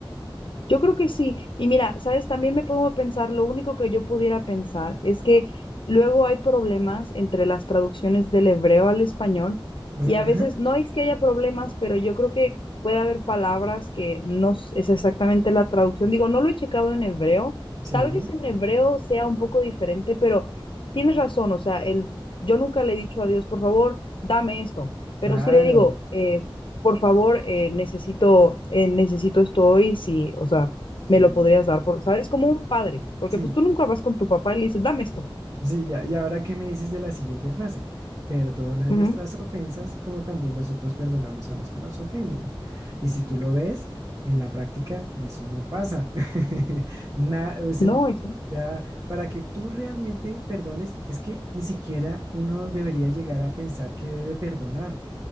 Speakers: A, on the left (about 65°); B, on the right (about 40°).
A: Yo creo que sí. Y mira, sabes, también me pongo a pensar, lo único que yo pudiera pensar es que luego hay problemas entre las traducciones del hebreo al español
B: Ajá,
A: y a veces no es que haya problemas, pero yo creo que puede haber palabras que no s- es exactamente la traducción. Digo, no lo he checado en hebreo.
B: sí,
A: Tal vez en hebreo sea un poco diferente, pero tienes razón. O sea, el, yo nunca le he dicho a Dios, por favor, dame esto. Pero
B: claro,
A: sí le digo, eh, por favor, eh, necesito, eh, necesito esto hoy, si, o sea,
B: sí,
A: me lo podrías dar, por, ¿sabes? Como un padre, porque
B: sí,
A: pues tú nunca vas con tu papá y le dices, dame esto.
B: Sí, ya, y ahora qué me dices de la siguiente frase. Perdona
A: Ujú.
B: nuestras ofensas como también nosotros perdonamos a los que nos ofenden. Y si tú lo ves, en la práctica eso no pasa. <laughs> Na- o sea,
A: No, eso.
B: ya, para que tú realmente perdones, es que ni siquiera uno debería llegar a pensar que debe perdonar